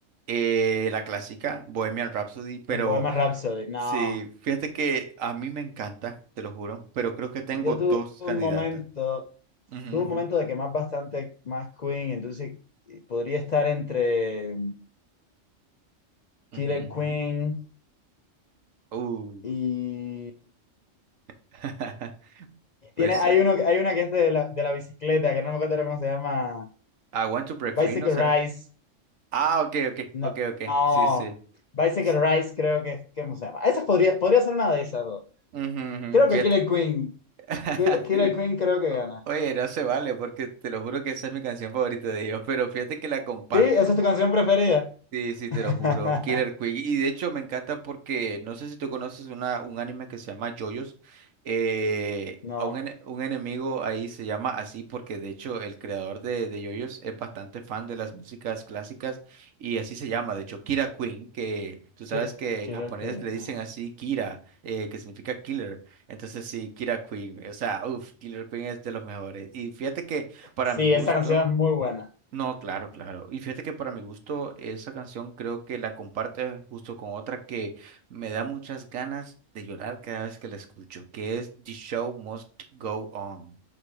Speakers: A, on the right (about 85°); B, on the left (about 60°).
A: eh, la clásica Bohemian Rhapsody, pero
B: El Bohemian Rhapsody. No,
A: sí, fíjate que a mí me encanta, te lo juro, pero creo que tengo
B: yo
A: dos
B: tuve un
A: candidatas.
B: momento,
A: Ujú,
B: tuve
A: ujú,
B: un momento de quemar bastante más Queen, entonces eh, podría estar entre mm,
A: ujú,
B: Killer Queen
A: ujú. Uh,
B: y...
A: <laughs>
B: y
A: pues
B: Tiene, hay,
A: eh,
B: uno, hay una que es de la, de la bicicleta, que no me acuerdo cómo se llama.
A: I want to break
B: Bicycle
A: free, ¿no será?
B: Rise.
A: Ah, ok, ok,
B: No,
A: ok, ok.
B: no.
A: Sí, sí.
B: Bicycle
A: sí.
B: Rise creo que es, que ¿cómo se llama? Esa podría, podría ser una de esas dos.
A: Ujú,
B: Creo
A: ujú, Fíjate.
B: que Killer Queen.
A: <laughs>
B: Kill- Killer Queen creo que gana.
A: Oye, no se vale porque te lo juro que esa es mi canción favorita de ellos, pero fíjate que la comparten.
B: ¿Sí? ¿Esa es tu canción preferida?
A: Sí, sí, te
B: <laughs>
A: lo juro. Killer Queen. Y de hecho me encanta porque no sé si tú conoces una, un anime que se llama JoJo's. Eh,
B: No.
A: a un, ene- un enemigo ahí se llama así porque de hecho el creador de, de JoJo's es bastante fan de las músicas clásicas y así se llama. De hecho, Kira Queen, que tú sabes
B: Kill-
A: que
B: Killer
A: en japonés
B: Queen.
A: le dicen
B: ah.
A: así Kira, eh, que significa killer. Entonces sí, Kira Queen. O sea, uff, Killer Queen es de los mejores. Y fíjate que para
B: Sí,
A: mi gusto.
B: esa canción es muy buena.
A: No, claro, claro. Y fíjate que para mi gusto esa canción creo que la comparte justo con otra que me da muchas ganas de llorar cada vez que la escucho, que es The Show Must Go On.